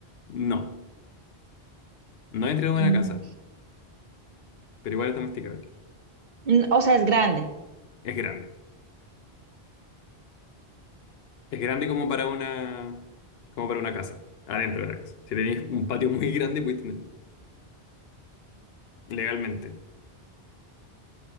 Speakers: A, on the left; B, on the right.
A: No, no entra en
B: mm,
A: una casa, pero igual es domesticable.
B: mm, o sea, es grande.
A: Es grande. Es grande como para una, como para una casa, adentro de la casa. Si tenéis un patio muy grande, podéis tenerlo legalmente.